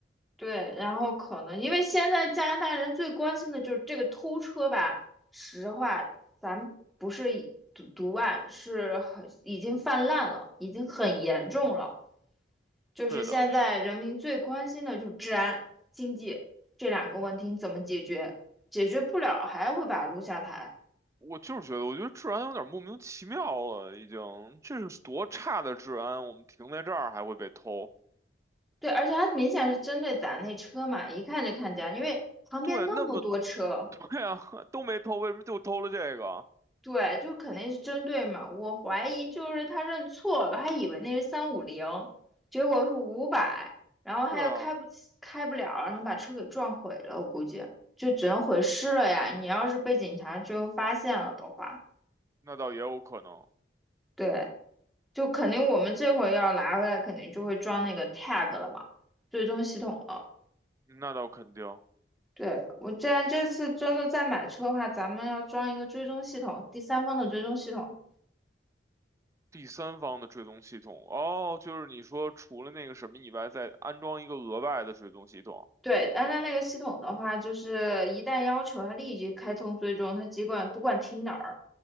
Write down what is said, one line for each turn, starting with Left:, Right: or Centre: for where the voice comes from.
Centre: 对，然后可能因为现在加拿大人最关心的就是这个偷车吧。实话，咱不是一毒毒案，是很已经泛滥了，已经很严重了。就是现在人民最关心的就是治安、
Right: 对的，
Centre: 经济这两个问题你怎么解决？解决不了还会把他撸下台。
Right: 我就是觉得，我觉得治安有点莫名其妙了，已经，这是多差的治安，我们停在这儿还会被偷。
Centre: 对，而且他明显是针对咱那车嘛，一看就看见，因为旁边那么多车。
Right: 对，那么 <laughs>，对啊，都没偷，为什么就偷了这个？
Centre: 对，就肯定是针对嘛。我怀疑就是他认错了，还以为那是三五零，结果是五百，然后他又开不起，
Right: 对啊，
Centre: 开不了，然后把车给撞毁了。我估计就只能毁尸了呀。你要是被警察最后发现了的话，
Right: 那倒也有可能，
Centre: 对，就肯定我们这回要拿回来，肯定就会装那个 tag 了嘛，追踪系统了。
Right: 那倒肯定。
Centre: 对，我既然这次真的再买车的话，咱们要装一个追踪系统，第三方的追踪系统。
Right: 第三方的追踪系统，哦，就是你说除了那个什么以外，再安装一个额外的追踪系统。
Centre: 对，安娜那个系统的话，就是一旦要求它立即开通追踪，它尽管不管停哪儿，